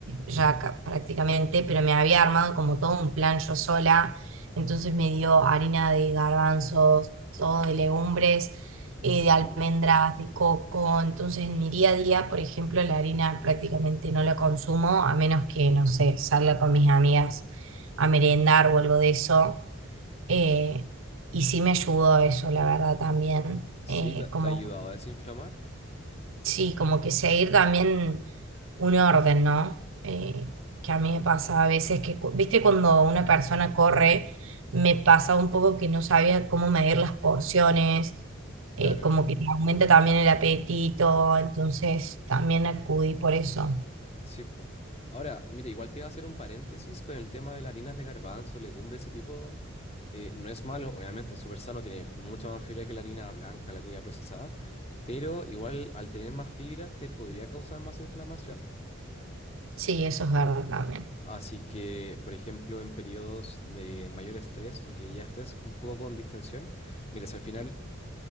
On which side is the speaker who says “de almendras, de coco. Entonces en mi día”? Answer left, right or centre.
Right